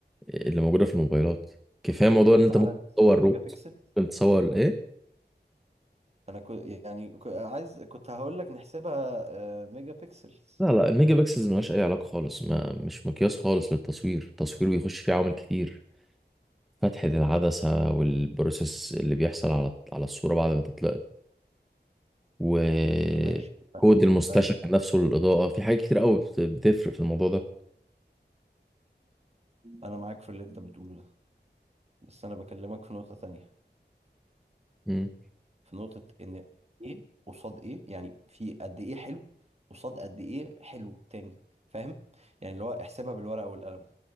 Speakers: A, in the centre; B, on the right.
A: اللي موجودة في الموبايلات كفاية موضوع إن أنت
B: تعالى
A: ممكن
B: نقسمها
A: تصور
B: ميجا
A: رو-
B: بيكسل
A: ممكن تصور إيه
B: انا كنت يعني كو- عايز كنت هقول لك نحسبها آه، ميجا بيكسلز
A: لا لا الميجا بكسلز ملهاش أي علاقة خالص ما مش مقياس خالص للتصوير التصوير بيخش فيه عوامل كتير فتحة العدسة والبروسيس اللي بيحصل على على الصورة بعد ما تطلع وقوة
B: ماشي
A: المستشعر
B: ايوه
A: نفسه للإضاءة في حاجات كتير قوي بت- بتفرق في الموضوع ده
B: انا معاك في اللي انت بتقوله ده بس انا بكلمك في نقطة تانية
A: مم.
B: في نقطة ان ايه قصاد ايه يعني في قد ايه حلو قصاد قد ايه حلو تاني فاهم يعني اللي هو احسبها بالورقة والقلم